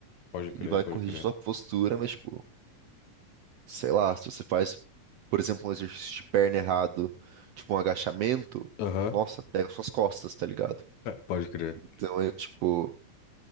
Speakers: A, on the left; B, on the right.
A: Pode crer,
B: Ele vai
A: pode
B: corrigir
A: crer.
B: sua postura, mas, tipo, sei lá, se você faz, por exemplo, um exercício de perna errado, tipo um agachamento,
A: Aham,
B: nossa, pega suas costas, tá ligado?
A: Pode crer.
B: Então é tipo,